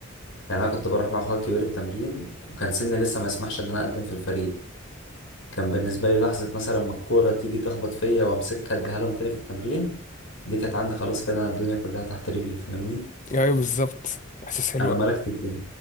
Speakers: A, on the left; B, on the left.
A: يعني انا كنت بروح مع اخويا الكبير التمرين وكان سني لسه ما يسمحش ان انا اقدم في الفريق كان بالنسبه لي لحظه مثلا ما الكوره تيجي تخبط فيا وامسكها اديها لهم تاني في التمرين دي كانت عندي خلاص كده انا الدنيا كلها تحت رجلي فاهمني
B: ايوه بالظبط احساس حلو
A: انا
B: قوي
A: ملكت الدنيا